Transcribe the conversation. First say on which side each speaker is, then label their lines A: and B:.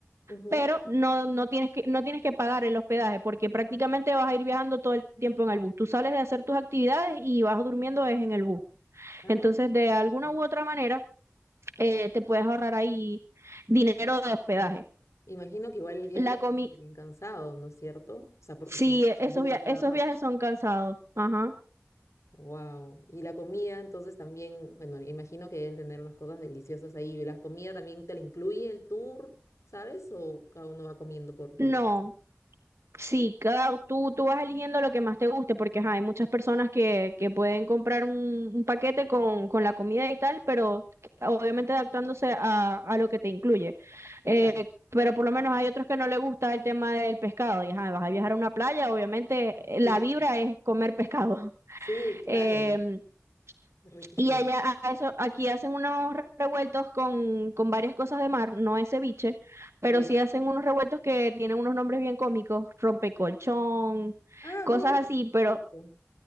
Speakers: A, on the left; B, on the right.
A: Ujú.
B: pero no, no tienes que, no tienes que pagar el hospedaje porque prácticamente vas a ir viajando todo el tiempo en el bus. Tú sales de hacer tus actividades y vas durmiendo es en el bus.
A: Ah,
B: Entonces, de alguna
A: no.
B: u otra manera, eh, te puedes ahorrar ahí dinero de hospedaje.
A: imagino que igual el viaje
B: La
A: debe
B: comi
A: ser bien cansado, ¿no es cierto? O sea, porque
B: sí,
A: si viajas
B: esos,
A: en bus
B: via
A: a cada
B: esos
A: rato.
B: viajes
A: <laughs>
B: son cansados. Ajá.
A: Wow. Y la comida, entonces también, bueno, imagino que deben tener unas cosas deliciosas ahí. ¿Y ¿La comida también te la incluye el tour, sabes? ¿O cada uno va comiendo por donde
B: No,
A: pasa?
B: Sí, cada, tú, tú vas eligiendo lo que más te guste, porque ajá, hay muchas personas que, que pueden comprar un, un paquete con, con la comida y tal, pero obviamente adaptándose a, a lo que te incluye. Eh,
A: Claro.
B: pero por lo menos hay otros que no les gusta el tema del pescado, y ajá, vas a viajar a una playa, obviamente eh, la
A: Sí,
B: vibra es comer pescado.
A: <laughs> sí, claro.
B: <laughs>
A: Riquísimo.
B: Y allá, a eso, aquí hacen unos re- revueltos con, con varias cosas de mar, no es ceviche, pero
A: Ya.
B: sí hacen unos revueltos que tienen unos nombres bien cómicos, rompecolchón,
A: Ah,
B: cosas
A: mira,
B: así,
A: qué simpático.
B: pero